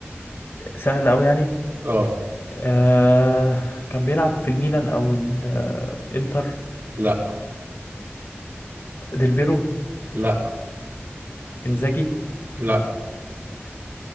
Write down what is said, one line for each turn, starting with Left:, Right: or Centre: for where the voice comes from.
Left: سهله قوي يعني
Right: اه
Left: آه كان بيلعب في الميلان او الانتر
Right: لا
Left: ديل بيرو
Right: لا
Left: انزاجي
Right: لا